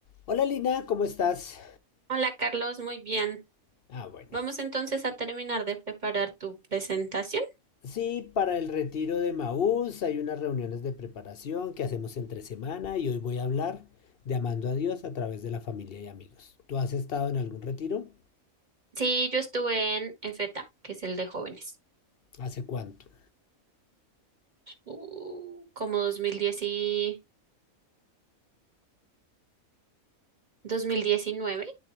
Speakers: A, on the left (about 60°); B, on the right (about 35°).
A: Hola Lina, ¿cómo estás?
B: Hola Carlos, muy bien.
A: Ah, bueno.
B: Vamos entonces a terminar de preparar tu presentación.
A: Sí, para el retiro de Maús hay unas reuniones de preparación que hacemos entre semana y hoy voy a hablar de amando a Dios a través de la familia y amigos. ¿Tú has estado en algún retiro?
B: Sí, yo estuve en EFETA, que es el de jóvenes,
A: ¿Hace cuánto?
B: uh, como 2010 y 2019.